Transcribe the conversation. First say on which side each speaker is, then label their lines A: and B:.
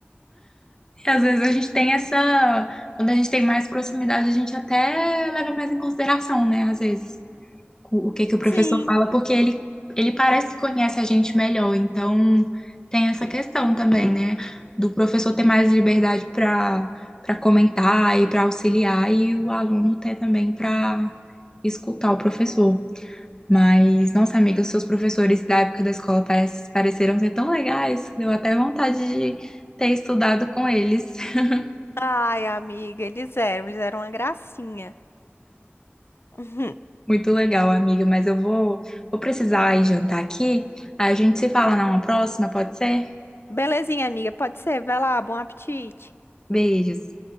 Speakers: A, on the left; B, on the left.
A: E às vezes a gente tem essa. Quando a gente tem mais proximidade, a gente até leva mais em consideração, né? Às vezes. o o que que o professor
B: Sim.
A: fala, porque ele, ele parece que conhece a gente melhor. Então, tem essa questão também, né? Do professor ter mais liberdade para para comentar e para auxiliar, e o aluno ter também para escutar o professor. Mas, nossa amiga, os seus professores da época da escola parece, pareceram ser tão legais, deu até vontade de ter estudado com eles. <laughs>
B: Ai, amiga, eles eram, eles eram uma gracinha. <laughs> Uhum.
A: Muito legal, amiga, mas eu vou, vou precisar ir jantar aqui. A gente se fala numa próxima, pode ser?
B: Belezinha, amiga, pode ser, vai lá, bom apetite.
A: Beijos.